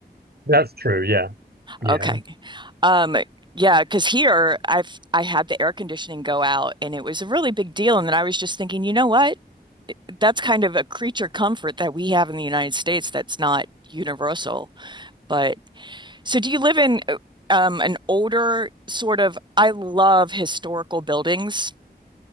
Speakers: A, on the right; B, on the right.
A: That's true. Yeah. Yeah.
B: Okay. Um, yeah, because here I've I had the air conditioning go out and it was a really big deal. And then I was just thinking, you know what? That's kind of a creature comfort that we have in the United States that's not universal. but. So do you live in uh, um, an older sort of, I love historical buildings.